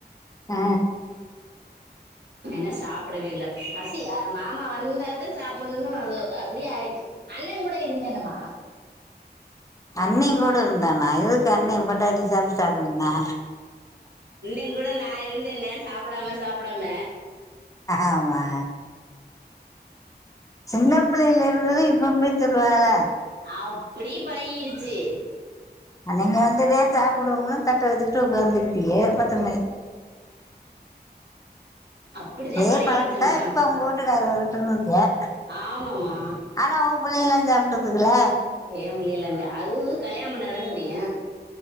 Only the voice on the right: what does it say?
<inaudible> நா இன்னு சாப்படவே இல்ல பசி அ மாமா வந்தது சாப்பணுன்னு அது அப்படியே ஆயிடுச்சு அண்ண கூட இருந்தேனமா
இங் கூட நா இருந்தேனே சாப்படாம சாப்படாம
அப்பிடி பழகிருச்சு <inaudible> <inaudible>
அப்படிதான்
பழகிருச்சுமா
ஆமாமா
ஏன் புள்ளைகளா எங்க அதுவு கல்யாணம் பண்ணா தான தெரியு